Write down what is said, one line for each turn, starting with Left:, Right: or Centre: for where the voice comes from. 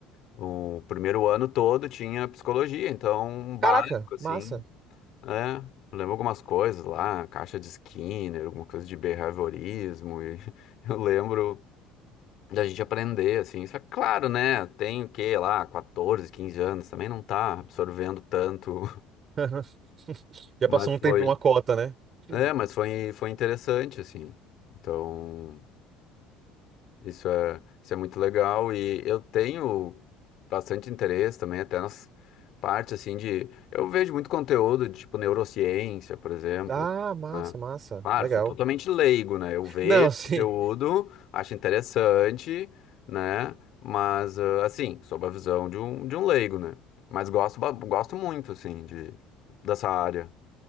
Left: O primeiro ano todo tinha psicologia, então um básico
Right: Caraca,
Left: assim.
Right: massa.
Left: É, lembro algumas coisas lá, caixa de Skinner, alguma coisa de behaviorismo, e <laughs> eu lembro da gente aprender, assim. Só que, claro, né? Tem o quê lá, 14 15 anos, também não tá absorvendo tanto,
Right: <laughs>
Left: <laughs>
Right: Já
Left: mas
Right: passou um
Left: foi.
Right: tempo, uma cota, né? Hum.
Left: É, mas foi, foi interessante, assim. Então. Isso é, isso é muito legal e eu tenho bastante interesse também, até nas partes assim de. Eu vejo muito conteúdo de tipo neurociência, por exemplo,
Right: Ah, massa,
Left: né?
Right: massa.
Left: Claro,
Right: Legal.
Left: sou totalmente leigo, né? Eu vejo
Right: Não, <laughs> sim.
Left: conteúdo, acho interessante, né? Mas ah, assim, sob a visão de um, de um leigo, né? Mas gosto, ba- gosto muito, assim, de, dessa área.